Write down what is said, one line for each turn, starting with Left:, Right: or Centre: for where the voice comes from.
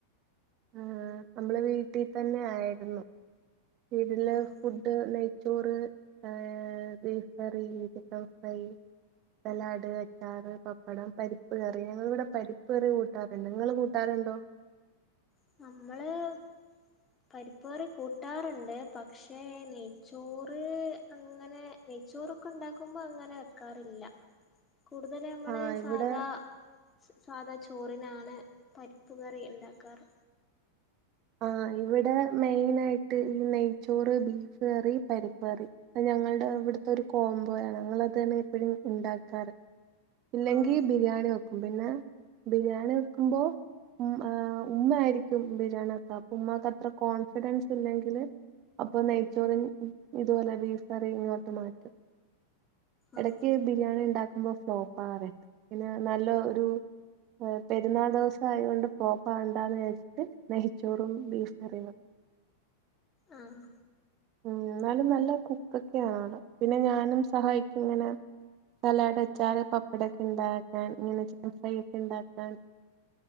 Right: ആഹ് നമ്മള് വീട്ടി തന്നെ ആയിരുന്നു ഇതില്
Left: ആഹ്
Right: ഫുഡ് നെയ്ച്ചോറ് ഏഹ് beef curry chicken fry salad അച്ചാറ് പപ്പടം പ്പടം പരിപ്പ് കയറി ഞങ്ങള് ഇവിടെ പരിപ്പ് കറി കൂട്ടാറ് ഇണ്ട് ഇങ്ങള് കൂട്ടാറുണ്ടോ
Left: നമ്മള്- പരിപ്പ്കറി കൂട്ടാറുണ്ട് പക്ഷേ നെയ്ച്ചോറ് അങ്ങനെ- നെയ്യ് ചോറ് ഒക്കെ ഇണ്ടാക്കുമ്പോ അങ്ങനെ വെക്കാറില്ല കൂട്തല് നമ്മള്
Right: ആ
Left: സാധാ-
Right: ഇവിടെ
Left: സാധാ ചോറിനാണ് പരിപ്പ്കറി ഇണ്ടാക്കാറ്
Right: ആഹ് ഇവടെ മെയ്നായിട്ട് ഈ നെയ്ച്ചോറ് ബീഫ് കറി പരിപ്പ് കറി ഇപ്പൊ ഞങ്ങൾടെ ഇവിട്ത്തെ ഒരു കോംബോയാണ് ഞങ്ങള് ഇത് തന്നെയാണ് എപ്പഴും ഇണ്ടാക്കാറ് ഇല്ലെങ്കി
Left: ആഹ്
Right: ബിരിയാണി വെയ്ക്കും ക്കും പിന്നെ ബിരിയാണി വെക്കുമ്പോ ഉം ഉമ്മ ആയിരിക്കും ബിരിയാണി- വെക്കാ ഉമ്മാക്ക് അത്ര കോൺഫിഡൻസ് ഇല്ലെങ്കില്- അപ്പൊ നെയ്ച്ചോറിന്ന് ഇതുപോലെ ബീഫ്കറി ഇങ്ങോട്ട് മാറ്റും എടക്ക്
Left: ആഹ്
Right: ബിരിയാണി ഇണ്ടാക്കുമ്പോ ഫ്ലോപ്പാവാറ്ണ്ട് പിന്നെ നല്ല ഒരു പെരുന്നാൾ ദിവസായോണ്ട് ഫ്ലേപ്പാവണ്ടാന്ന് വിചാര്ച്ച്ട്ട് നെ നെയ്ചോറും ബീഫ്കറിയ
Left: ആഹ്
Right: ഉം എന്നാലും നല്ല കുക്കൊക്കെആള് പിന്നെ ഞാനും സഹായിക്കും ഇങ്ങനെ സലാഡ് അച്ചാറ് പപ്പടൊക്കെ ഇണ്ടാക്കാൻ ഇങ്ങനെ ചിക്കൻ ഫ്രൈ ഒക്കെ ഇണ്ടാക്കാൻ